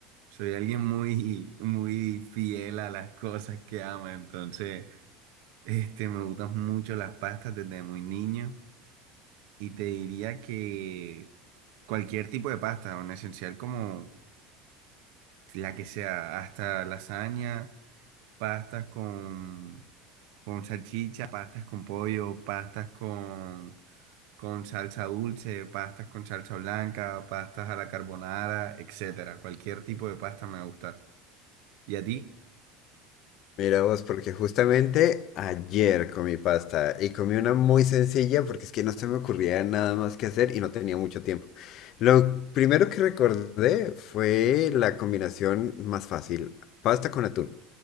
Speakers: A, on the right; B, on the left.
A: Soy alguien muy, <laughs> muy fiel a las cosas que ama, entonces, este, me gustan mucho las pastas desde muy niño y te diría que cualquier tipo de pasta, un esencial como la que sea, hasta lasaña pastas con, con salchicha, pastas con pollo, pastas con, con salsa dulce, pastas con salsa blanca, pastas a la carbonara, etcétera. Cualquier tipo de pasta me va a gustar. ¿Y a ti?
B: Mira vos, porque justamente ayer comí pasta y comí una muy sencilla porque es que no se me ocurría nada más que hacer y no tenía mucho tiempo. Lo primero que recordé fue la combinación más fácil, pasta con atún,